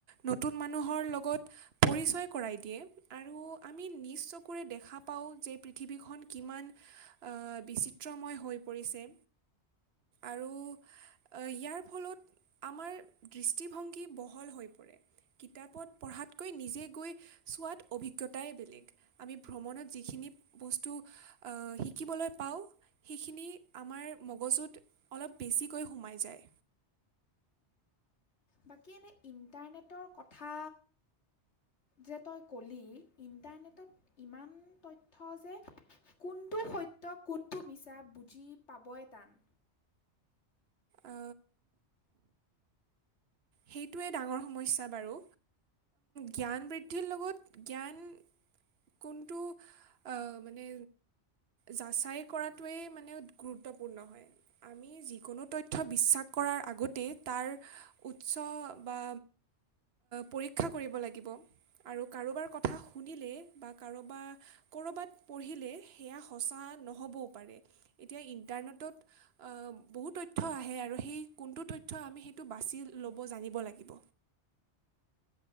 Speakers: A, on the right (about 65°); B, on the left (about 75°).
A: নতুন মানুহৰ লগত পৰিচয় কৰাই দিয়ে আৰু আমি নিজ চকুৰে দেখা পাওঁ যে পৃথিৱীখন কিমান অহ বিচিত্ৰময় হৈ পৰিছে আৰু ইয়াৰ ফলত আমাৰ দৃষ্টিভংগী বহল হৈ পৰে কিতাপত পঢ়াতকৈ নিজে গৈ চোৱাত অভিজ্ঞতাই বেলেগ, আমি ভ্ৰমণত যিখিনি বস্তু শিকিবলৈ পাওঁ সেইখিনি আমাৰ মগজুত অলপ বেছিকৈ সোমাই যায়।
B: বাকী এনে ইণ্টাৰনেটৰ কথা যে তই ক'লি ইণ্টাৰনেটত ইমান তথ্য যে কোনটো সত্য কোনটো মিছা বুজি পাবই টান।
A: আ। সেইটোৱে ডাঙৰ সমস্যা বাৰু জ্ঞান বৃদ্ধিৰ লগত জ্ঞান কোনটো মানে যাচাই কৰাটোৱেই মানে গুৰুত্বপূৰ্ণ হয় আমি যিকোনো তথ্য বিশ্বাস কৰাৰ আগতেই তাৰ উচ্চ বা পৰীক্ষা কৰিব লাগিব আৰু কাৰোবাৰ কথা শুনিলে বা কাৰোবাৰ ক'ৰবাত পঢ়িলে সেয়া সঁচা নহ'বও পাৰে এতিয়া ইণ্টাৰনেটত বহু তথ্য আহে আৰু সেই কোনটো তথ্য আমি সেইটো বাছি ল'ব জানিব লাগিব।